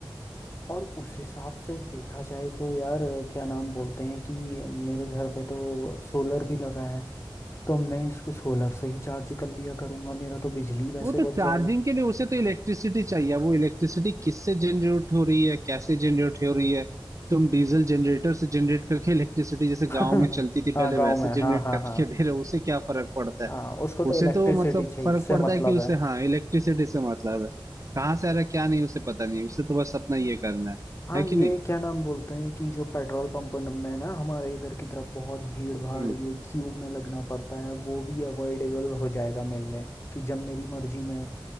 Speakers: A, on the left; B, on the right.
A: और उस हिसाब से देखा जाए तो यार अ, क्या नाम बोलते हैं कि मेरे घर पे तो सोलर भी लगा है तो मैं इसको सोलर से ही चार्ज कर लिया करूंगा मेरा तो बिजली वैसे
B: वो तो
A: बच
B: चार्जिंग
A: जाएगा
B: के लिए उसे तो इलेक्ट्रिसिटी चाहिए वो इलेक्ट्रिसिटी किससे जनरेट हो रही है कैसे जनरेट हो रही है तुम डीजल जनरेटर से जनरेट करके इलेक्ट्रिसिटी जैसे
A: <laughs>
B: गांव में चलती थी पहले
A: हाँ गांव
B: वैसे
A: में हाँ
B: जनरेट
A: हाँ
B: करके
A: हाँ
B: दे रहे हो उसे क्या फर्क पड़ता
A: हाँ
B: है
A: उसको तो
B: उसे
A: इलेक्ट्रिसिटी
B: तो मतलब
A: चाहिए
B: फर्क
A: इससे
B: पड़ता
A: मतलब
B: है कि
A: है
B: उसे हाँ इलेक्ट्रिसिटी से मतलब है कहाँ से आ रहा है क्या नहीं उसे पता नहीं उसे तो बस अपना ये करना है
A: हाँ
B: है कि
A: ये
B: नहीं
A: क्या नाम बोलते हैं कि जो पेट्रोल पंप में ना हमारे इधर की तरफ बहुत भीड़ भाड़
B: हम्म
A: ये क्यू में लगना पड़ता है वो भी अवॉइडेबल हो जाएगा मिलने कि जब मेरी मर्जी में